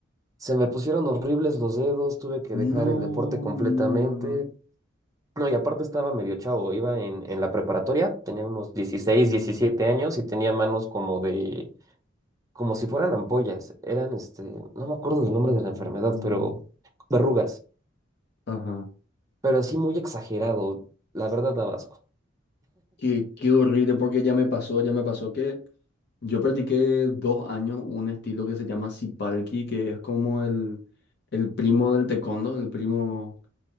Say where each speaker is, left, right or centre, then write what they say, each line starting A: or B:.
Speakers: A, on the right (about 15°); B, on the left (about 55°).
A: Se me pusieron horribles los dedos, tuve que dejar
B: No,
A: el deporte completamente.
B: no, no, no.
A: No, y aparte estaba medio chavo, iba en, en la preparatoria, tenía unos 16, 17 años y tenía manos como de, como si fueran ampollas. Eran, este, no me acuerdo del nombre
B: mm,
A: de la enfermedad,
B: No.
A: pero verrugas.
B: Ajá.
A: pero así muy exagerado, la verdad da asco.
B: Qué, qué horrible, porque ya me pasó, ya me pasó que yo practiqué dos años un estilo que se llama Sipalki, que es como el, el primo del taekwondo, el primo,